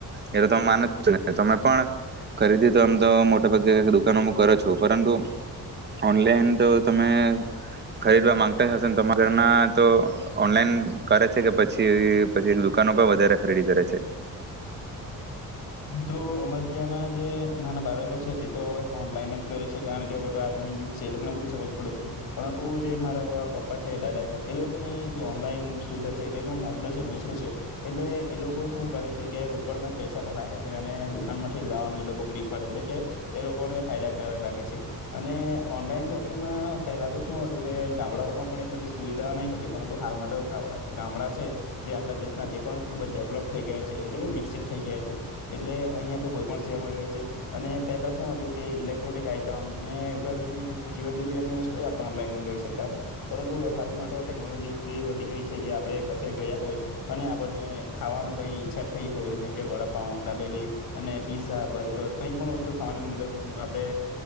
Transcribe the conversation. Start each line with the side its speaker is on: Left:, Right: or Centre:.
Right: એ તો તમે માન છો ને તમે પણ, ખરીદી તો આમ તો મોટા ભાગે દુકાનોમાં કરો છો પરંતુ, ઓનલાઈન તો તમે, ખરીદવા માંગતા હશેને તમારા ઘરમાં તો ઓનલાઈન કરે છે કે પછી પછી દુકાનો પણ વધારે ખરીદી કરે છે.
Left: તો અમારે ત્યાંના જે નાના બાળકો છે તે તો હવે ઓનલાઈન જ કરે છે કારણ કે હવે તો આધુનિક યુગ છે એ લોકોને બધું સમજ પડે છે, પરંતુ જે મારા પપ્પા છે દાદા છે એ લોકોને જે ઓનલાઈન સુવિધા છે તેનું માર્ગદર્શન ઓછું છે, એટલે એ લોકો શું કરે છે કે રોકડ માં જ પૈસા રાખે છે અને દુકાનમાંથી લાવવાનું એ લોકો પ્રિફર એટલે કે, એ લોકોને ફાયદાકારક લાગે છે, અને ઓનલાઈન શોપિંગમાં પહેલા તો શું હતું કે ગામડાઓમાં પણ એ બધી સુવિધા નહી હતી પરંતુ હાલ માટે ગામડા છે, જે આપડા દેશના તે પણ ખુબ જ ડેવલપ થઈ ગયા છે એટલે કે વિકસિત થઈ ગયા છે. એટલે અહીંયા તો કોઈ પણ સેવા મળી ર છે, અને પહેલા શું હતું કે ઇલેક્ટ્રોનિક આઈટમ અને ઘરની જીવન જરૂરિયાતની વસ્તુ આપણે ઓનલાઈન મગાવી શકતા હતા, પરંતુ હાલમાં તો ટેકનોલોજી એટલી વધી ગઈ છે કે આપણે કશે ગયા હોય, અને આપને ખાવાનું કઈ ઈચ્છા થઈ હોય જેમકે વડા પાવ, ડાબેલી અને પીઝા બર્ગર કઈ પણ વસ્તુ ખાવાની આપે